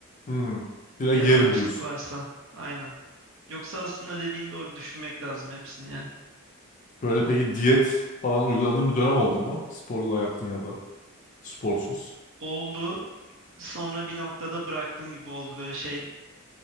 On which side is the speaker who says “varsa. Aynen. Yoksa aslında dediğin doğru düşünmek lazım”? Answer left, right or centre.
Right